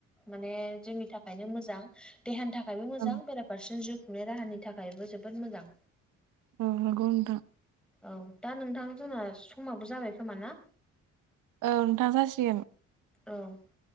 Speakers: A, in the centre; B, on the right.
A: माने जोंनि थाखायनो मोजां देहानि थाखाय थाखायबो मोजां
B: औ
A: बेराफारसेन जिउ खुंनाय राहानि थाखायबो जोबोद मोजां।
B: औ नंगौ नोंथां।
A: औ दा नोंथां जोंना समाबो जाबाय खोमाना?
B: औ नोंथां जासिगोन।
A: औ।